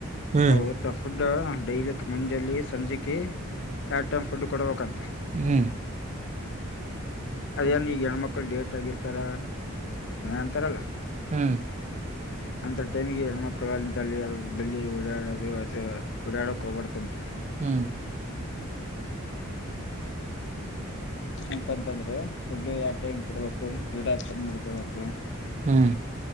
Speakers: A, on the right; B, on the left.
A: ಹ್ಮ್
B: ಹೌತ್ತ
A: ಹ್ಮ್
B: ಡೈಲಕ್ ಮುಂಜಲ್ಲಿ ಸಂಜೆೆಗೆ ಯ್ಯಾಡ್ ಟೈ್ ಫುಡ್ ಕೊಡಬೇಕಂತ.
A: ಹ್ಮ್
B: ಅದೇನ್ ಈಗ ಹೆಣ್ಮಕ್ಳು ಡೇಟ್ ಆಗಿರ್ತಾರ ಅಂತಾರಲ್ಲ,
A: ಹ್ಮ್
B: ಅಂತ ಟೈಮಿಗೆ ಹೆಣ್ಮಕ್ಕಳು ಅಲ್ಲಿಲ್ಲಿ ಬೆಲ್ಲಿಿ ಓಡಾಡದುಸ ಓಡಾಡಕ್ ಹೋಗಬಡತಂತೆ
A: ಹ್ಮ್
B: ಎಂತಂತಂದ್ರು ಫುಡ್ ಯಾವ ಟೈಮ್ ಕೊಡ್ಬೇಕು ಗಿಡ ಚಂದ ನಡ್ಕೊಬೇಕು
A: ಹಾಂ